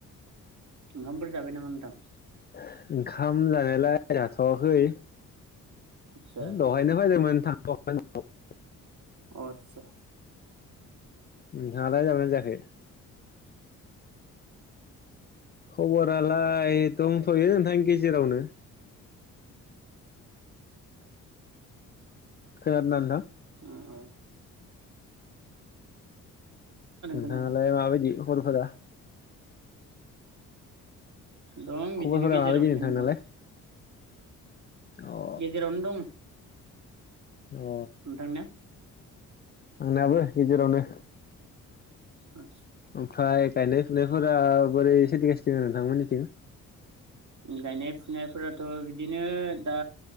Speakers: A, on the right (about 40°); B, on the left (about 25°).
A: ओंखामफोर जाबाय नामा नोंथां?
B: <unintelligible> ओंखाम जानायालाय जाथ'वाखै
A: आदसा
B: दहायनो फैदोंमोन थां <unintelligible>
A: अ आतसा
B: नोंथाङालाय जाबाय? जायाखै खबरालाय दंथ'यो नोंथां गेजेरावनो खानादों ना ओनथां?
A: अ औ
B: नोंथाङालाय
A: खोनादों
B: माबायदि खबरफोरा?
A: दं बिदिनो
B: खबरफोरा
A: गेजेरावसोय
B: माबायदि नोंथांनालाय
A: नोंथां।
B: अ
A: गेजेरावने दं।
B: अ
A: नोंथांनिआ
B: आंनाबो गेजेरावनो
A: आ
B: ओमफ्राय गायनाय फुनायफोरा बोरै सोलिगासिनो नोंथांमोननिथिं?
A: गायनाय फुनायफोराथ' बिदिनो दा